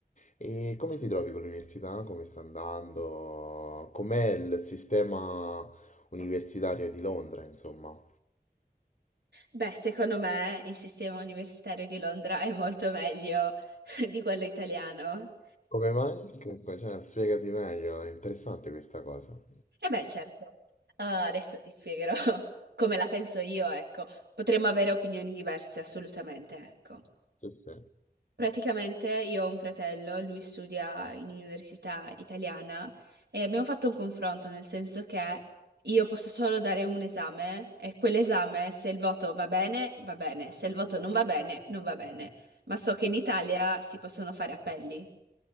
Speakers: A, on the left; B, on the right.
A: E come ti trovi con l'università? Come sta andando? Com'è il sistema universitario di Londra, insomma?
B: Beh, secondo me il sistema universitario di Londra è molto meglio <laughs> di quello italiano.
A: Come mai? Che- cioè, spiegati meglio, è interessante questa cosa.
B: E beh, certo. Eh, adesso ti spiegherò <laughs> come la penso io, ecco. Potremmo avere opinioni diverse, assolutamente, ecco.
A: Sì, sì.
B: Praticamente io ho un fratello, lui studia in università italiana e abbiamo fatto un confronto nel senso che io posso solo dare un esame e quell'esame se il voto va bene, va bene, se il voto non va bene, non va bene. Ma so che in Italia si possono fare appelli,